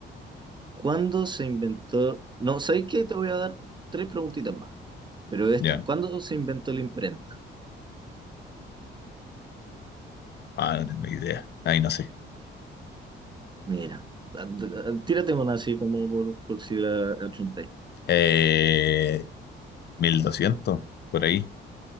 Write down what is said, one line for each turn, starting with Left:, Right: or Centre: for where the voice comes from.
Right: ¿cuándo se inventó? No, sabéis qué? Te voy a dar tres preguntitas más, pero esta,
Left: ya.
Right: ¿cuándo se inventó la imprenta?
Left: Ah, no tengo idea. Ahí no sé.
Right: Mira, a- a- tírate una así como por, por si la achuntáis.
Left: Eh, 1200 por ahí.